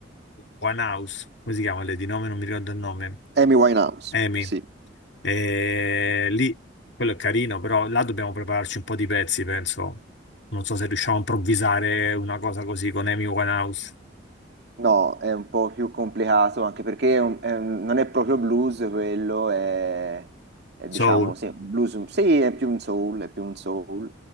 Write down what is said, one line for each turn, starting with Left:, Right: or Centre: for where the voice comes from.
Left: One House, come si chiama lei di nome? Non mi ricordo il nome.
Right: Amy Winehouse,
Left: Amy.
Right: sì.
Left: E lì, quello è carino, però là dobbiamo prepararci un po' di pezzi, penso. Non so se riusciamo a improvvisare una cosa così con Amy Winehouse.
Right: No, è un po' più complicato anche perché è un- è un- non è proprio blues quello, è, è,
Left: Soul.
Right: diciamo sì, un blues, un- sì, è più un soul, è più un soul.